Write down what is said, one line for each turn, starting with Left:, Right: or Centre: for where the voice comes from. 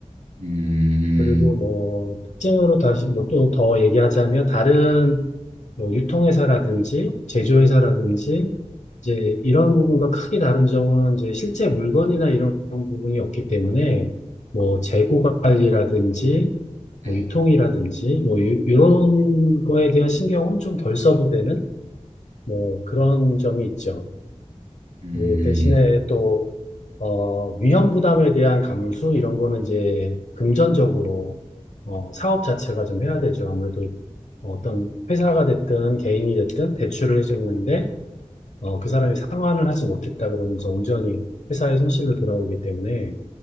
Right: 음.
Left: 그리고 뭐 특징으로 다시 뭐 또 더 얘기하자면 다른 뭐 유통회사라든지 제조회사라든지 이제 이런 부분과 크게 다른 점은 이제 실제 물건이나 이런 부분이 없기 때문에 뭐 재고 관리라든지
Right: 네.
Left: 뭐 유통이라든지 뭐 유- 이런 거에 대한 신경은 좀 덜 써도 되는 뭐 그런 점이 있죠.
Right: 음,
Left: 근데 대신에 또 어, 위험 부담에 대한 감수 이런 거는 이제 금전적으로 어, 사업 자체가 좀 해야 되죠. 아무래도 어떤 회사가 됐든 개인이 됐든 대출을 해줬는데 어, 그 사람이 상환을 하지 못했다 그러면 이제 온전히 회사의 손실로 돌아오기 때문에